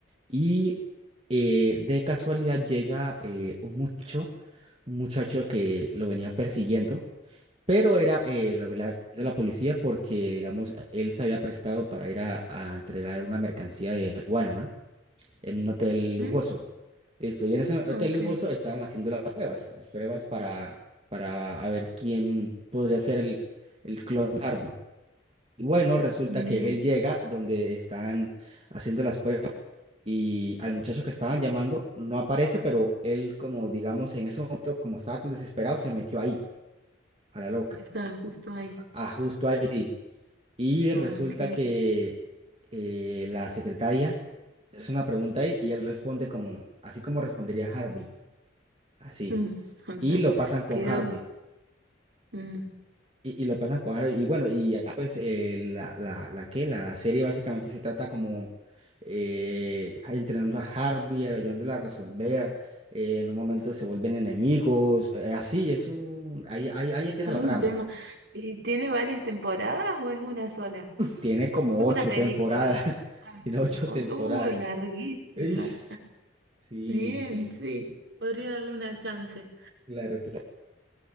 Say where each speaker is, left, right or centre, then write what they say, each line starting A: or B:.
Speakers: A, on the right; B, on the right.
A: Y eh, de casualidad llega eh, un muchacho, un muchacho que lo venían persiguiendo. Pero era eh, la, la- la policía porque, digamos, él se había prestado para ir a, a entregar una mercancía de marihuana, ¿no? En un hotel
B: ujú,
A: lujoso. Listo. Y en ese hotel
B: Ok.
A: lujoso estaban haciendo las pruebas, las pruebas para, para a ver quién podría ser el, el clon de Harvey. Y bueno, resulta
B: Bien.
A: que él llega donde están haciendo las pruebas y al muchacho que estaban llamando no aparece, pero él, como digamos, en ese momento, como estaba tan desesperado, se metió ahí, a la loca
B: Estaba justo ahí.
A: a justo a Haití. Y
B: Ok,
A: resulta que eh, la secretaria le hace una pregunta ahí y él responde como, así como respondería Harvey, así.
B: mm, anta-
A: Y lo pasan con
B: quedó
A: Harvey.
B: mm,
A: Y, y lo pasan con Harvey. Y bueno, y ya, pues eh, la, la, la que la serie básicamente se trata como eh, entrenando a Harvey, ayudándole a resolver. eh, en un momento se vuelven enemigos. eh, así, eso, ahí, ahí, ahí empieza
B: todo
A: la trama.
B: un tema. ¿Y tiene varias temporadas o es una sola?
A: Tiene como
B: Es
A: ocho
B: una película.
A: temporadas. <laughs>
B: Ay,
A: Tiene
B: va.
A: ocho
B: O-
A: temporadas.
B: Uh, larguísima.
A: Is. Sí,
B: Bien,
A: sí.
B: sí. Podría darle una chance.
A: Claro, claro,